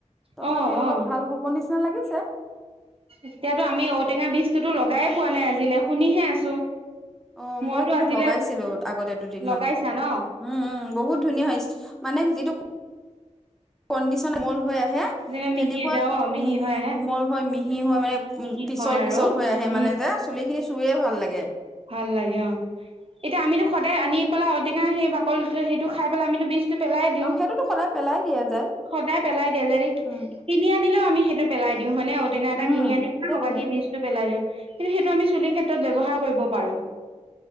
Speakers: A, in the centre; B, on the right.
A: তথাপি
B: অ
A: অলপ
B: অ
A: ভাল হব নেকি নিচিনা লাগিছে
B: এতিয়াতো আমি ঔটেঙা বীজটোতো লগাইে পোৱা নাই আজিলে শুনিহে আছো
A: অ
B: মইতো
A: মই কিন্তু
B: আজিলে
A: লগাইছিলোঁ। আগতে দুদিনমান
B: লগাইছা ন
A: উম, উম বহুত ধুনীয়া মানে, যিটো কণ্ডিশন কোমল হৈ আহে
B: যেনে
A: তেনেকুৱা
B: মিহি এতিয়া অ মিহি হৈ আহে
A: কোমল হয় মিহি হয় মানে উ
B: মিহি
A: পিচল
B: হয় আৰু
A: পিচল হৈ আহে
B: উম
A: মানে যে চুলি খিনি চুইয়ে ভাল লাগে। <unintelligible>
B: ভাল লাগে অ এতিয়া আমিতো আনি পেলাই ঔটঙা সেই বাকলটো সেইটো খাই পেলাই আমিতো বিজটো পেলাই দিওঁ।
A: অ সেইটোতো সদায় পেলাই দিয়া যায়
B: সদায় পেলাই দিয়া যদি
A: উম
B: কিনি আনিলো আমি সেইটো পেলাই দিওঁ হয় ননে ঔটেঙা এটা
A: উম
B: কিনি আনিবাকি
A: সেইটোৱে
B: বীজটো পেলাই দিওঁ কিন্তু সেইটো আমি চুলিৰ ক্ষেত্ৰত ব্যৱহাৰ কৰিব প পাৰো